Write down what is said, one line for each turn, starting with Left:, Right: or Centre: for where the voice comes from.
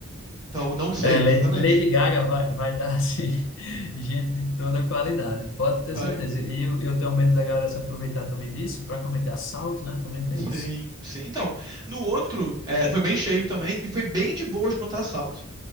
Right: Então, não sei
Left: É, Le-
Right: exatamente.
Left: Lady Gaga vai, vai dar assim, <laughs> gente de toda qualidade, pode ter
Right: Vai.
Left: certeza. E eu, eu tenho medo da galera se aproveitar também disso para cometer assalto, né? Também tem
Right: Sim,
Left: isso.
Right: sim. Então, no outro, é, foi bem cheio também e foi bem de boas quanto a assalto,